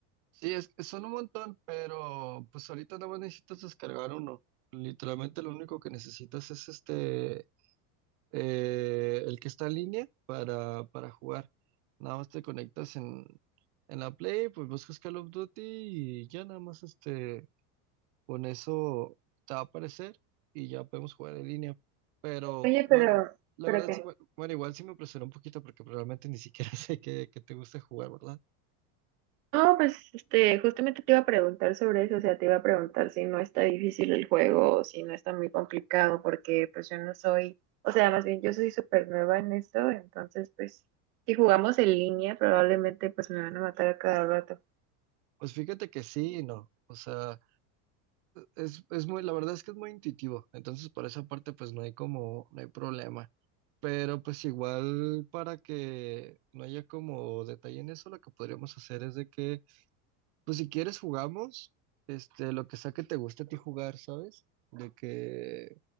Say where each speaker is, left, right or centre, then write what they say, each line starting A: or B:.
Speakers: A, on the right; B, on the right.
A: Sí, es que son un montón, pero pues ahorita nada más necesitas descargar uno. Literalmente lo único que necesitas es este, eh, el que está en línea para, para jugar. Nada más te conectas en, en la Play, pues buscas Call of Duty y ya nada más este, con eso te va a aparecer y ya podemos jugar en línea. Pero
B: Oye,
A: bueno,
B: pero,
A: la
B: ¿pero
A: verdad
B: qué?
A: sí, bueno, bueno, igual sí me impresionó un poquito porque realmente ni siquiera <laughs> sé que, que te gusta jugar, ¿verdad?
B: No, pues este, justamente te iba a preguntar sobre eso, o sea, te iba a preguntar si no está difícil el juego, o si no está muy complicado, porque pues yo no soy, o sea, más bien yo soy súper nueva en esto, entonces pues si jugamos en línea probablemente pues me van a matar a cada rato.
A: Pues fíjate que sí y no. O sea, es, es muy, la verdad es que es muy intuitivo. Entonces, por esa parte, pues no hay como, no hay problema. Pero pues igual para que no haya como detalle en eso, lo que podríamos hacer es de que, pues si quieres jugamos, este, lo que sea que te guste a ti jugar, ¿sabes? De que,